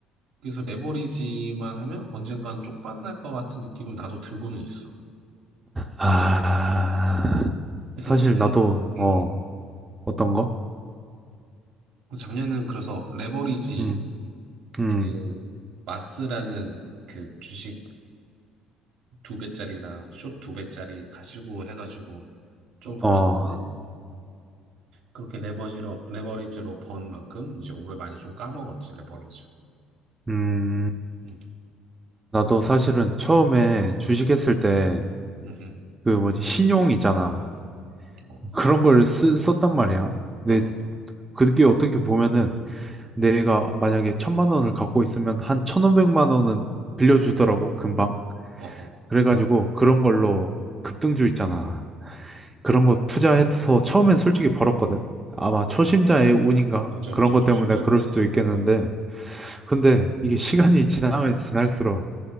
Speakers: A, on the right; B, on the right.
A: 그래서 레버리지만 하면 언젠간 쪽박날 것 같은 느낌은 나도 들고는 있어.
B: 아,
A: 그래서
B: 사실
A: 작년
B: 나도 어,
A: 응, 응.
B: 어떤 거?
A: 그래서 작년에는 그래서 레버리지
B: 음, 음,
A: 그 마스라는 그 주식 두 배짜리랑 숏 두 배짜리 가지고 해가지고 좀 벌었는데
B: 어,
A: 그렇게 레버지로 레버리지로 번 만큼 이제 올해 많이 좀 까먹었지 레버리지.
B: 음,
A: 응,
B: 나도 사실은 처음에 주식했을 때
A: 응, 응.
B: 그 뭐지 신용이잖아.
A: 어,
B: 그런 걸 쓰, 썼단 말이야.
A: 어,
B: 근데
A: 어,
B: 그게 어떻게 보면은 내가 만약에 천만 원을 갖고 있으면 한 천오백만 원은 빌려주더라고, 금방.
A: 어, 어.
B: 그래가지고 그런 걸로 급등주 있잖아. 그런 거 투자해서 처음엔 솔직히 벌었거든. 아마 초심자의 운인가?
A: 맞아,
B: 그런
A: 맞아.
B: 것
A: 투자자
B: 때문에 그럴
A: 때는
B: 수도 있겠는데.
A: 벌어.
B: 근데 이게 시간이 지나면 지날수록,